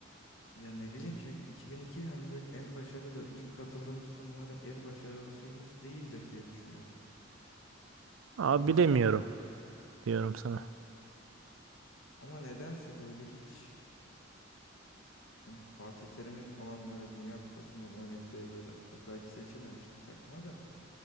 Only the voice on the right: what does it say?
Abi
bilemiyorum
diyorum sana.